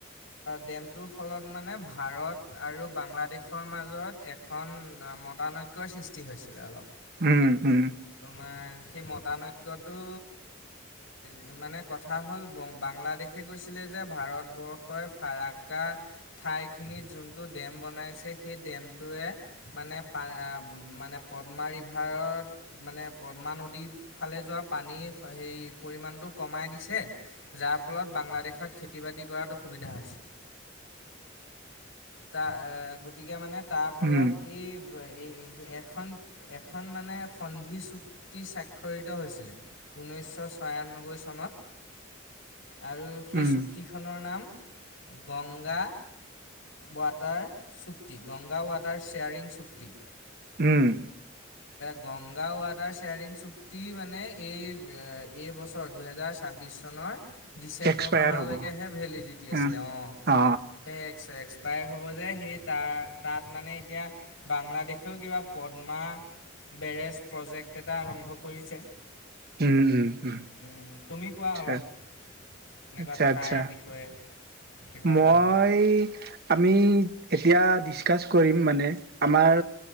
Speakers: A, on the left; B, on the right.
A: ডেমটোৰ ফলত মানে ভাৰত আৰু বাংলাদেশৰ মাজত এখন মতানৈক্যৰ সৃষ্টি হৈছিলে অলপ।
B: উম উম।
A: তোমাৰ সেই মতানৈক্যটো যিমানে, কথা হ'ল বাংলাদেশে কৈছিলে যে ভাৰতবৰ্ষই ফাৰাক্কা ঠাইখিনিত যোনটো ডেম বনাইছে সেই ডেমটোৱে মানো মানে পদ্মা ৰিভাৰত মানে পদ্মা নদীৰ ফালে যোৱা পানীৰ সেই পৰিমাণটো কমাই দি যাৰ ফলত বাংলাদেশত খেতি বাতি কৰাত অসুবিধা হৈছে। তাৰ গতিকে মানে, তাৰ ফলত
B: উম উম
A: এই, স এখন এখন মানে সন্ধি চুক্তি স্বাক্ষৰিত হৈছিলে, ঊনৈছশ ছয়ান্নব্বৈ চনত। আৰু সেই
B: উম
A: চুক্তিখনৰ নাম, গংগা ৱাটাৰ চুক্তি গংগা ৱাটাৰ শ্বেয়াৰিং চুক্তি
B: উম।
A: গংগা ৱাটাৰ শ্বেয়াৰিং চুক্তি মানে এই এই বছৰ দুহেজাৰ ছাব্বিছ চনৰ, ডিচেম্বৰ
B: এক্সপায়াৰ
A: মাহলৈকেহে
B: হ'ব
A: ভেলিডিটি আছিলে,
B: অ
A: অঁ
B: অ
A: সে এক্সে্স প্ৰায় হ'ব যে সেই তাৰ তাত মানে এতিয়া বাংলাদেশেও কিবা পদ্মা- বেৰেজ প্ৰজেক্ট এটা আৰম্ভ কৰিছে,
B: উম উম উম।
A: উম। তুমি কোৱা
B: আচ্ছা
A: অলপ। এনেকুৱা
B: আচ্ছা
A: ঠাইৰ
B: আচ্ছা
A: বিষয়ে, কিবা
B: মই
A: জানা
B: আপ আমি এতিয়া ডিছকাছ কৰিম মানে আমাৰ